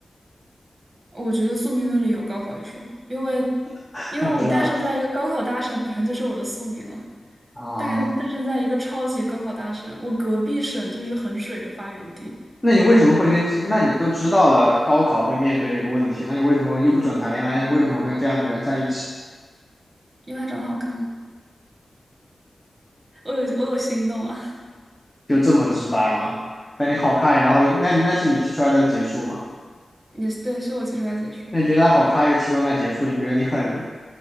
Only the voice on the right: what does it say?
我觉得宿命论里有高考一说，因为
因为我诞生在一个高考大省，
本身就是我的宿命了。
但是诞生在一个超级高考大省，我隔壁省就是衡水的发源地，
因为他长得好看啊，我有我有心动啊，
<laughs> 也是对，是我提出来解说，